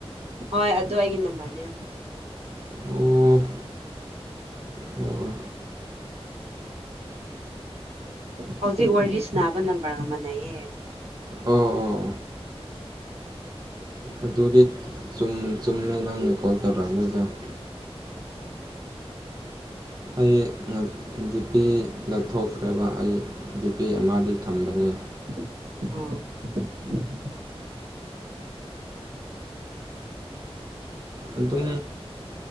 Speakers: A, on the right (about 75°); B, on the right (about 40°).
A: ꯍꯣꯏ ꯑꯗꯨ ꯑꯩꯒꯤ ꯅꯝꯕꯔꯅꯦ
B: ꯑꯣ ꯑꯣ
A: ꯍꯧꯖꯤꯛ ꯋꯥꯔꯤꯁ ꯅꯥꯕ ꯅꯝꯕꯔ ꯑꯃꯅꯦꯌꯦ
B: ꯑꯣ ꯑꯣ ꯑꯗꯨꯗꯤ ꯆꯨꯝꯃꯦ ꯅꯪꯅ ꯀꯣꯜ ꯇꯧꯔꯛꯒꯖꯔ ꯑꯩ ꯗꯤꯄꯤꯦꯗ ꯊꯣꯛꯈ꯭ꯔꯦꯕ ꯑꯩ ꯗꯤꯄꯤꯦ ꯑꯃꯗꯤ ꯊꯝꯕꯅꯦ
A: ꯑ
B: ꯑꯗꯨꯝ